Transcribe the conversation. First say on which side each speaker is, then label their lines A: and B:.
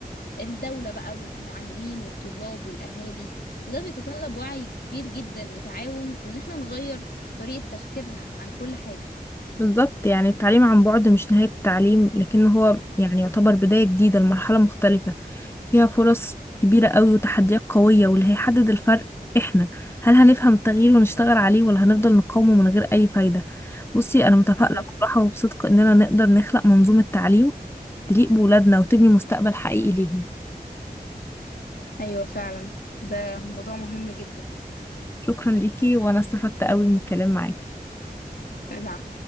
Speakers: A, on the left (about 80°); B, on the left (about 15°).
A: الدولة بقى والمعلمين والطلاب والأهالي وده بيتطلب وعي كبير جدا وتعاون وإن احنا نغير في طريقة تفكيرنا عن كل حاجة
B: بالظبط يعني التعليم عن بعد مش نهاية التعليم لكن هو يعني يعتبر بداية جديدة لمرحلة مختلفة فيها فرص كبيرة قوي وتحديات قوية واللي هيحدد الفرق احنا هل هنفهم التغيير ونشتغل عليه ولا هنفضل نقاومه من غير أي فايدة بصي أنا متفائلة
A: بالظبط
B: بصراحة وبصدق إننا نقدر نخلق منظومة تعليم تليق بولادنا وتبني مستقبل حقيقي ليهم
A: أيوة فعلا ده موضوع مهم جدا
B: شكرا ليكي وانا استفدت قوي من الكلام معاكي
A: العفو